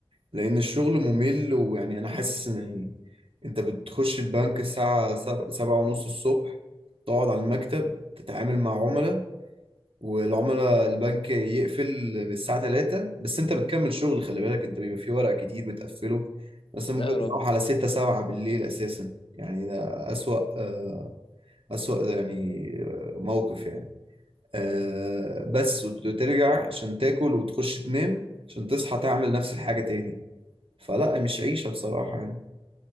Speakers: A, on the right; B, on the left.
A: لان الشغل ممل ويعني انا حاسس ان يعني انت بتخش البنك الساعة سبعة سبعة ونص الصبح تقعد على المكتب تتعامل مع عملاء والعملاء البنك يقفل من الساعة 3 بس انت بتكمل شغل خلي بالك انت بيبقى في ورق كتير بتقفله بس
B: لا
A: ممكن
B: يا راجل
A: تروح على 6 7 بالليل اساسا يعني ده اسوأ آه، اسوأ يعني آه، موقف يعني آه، بس وترجع عشان تاكل وتخش تنام عشان تصحى تعمل نفس الحاجة تاني فلا مش عيشة بصراحة يعني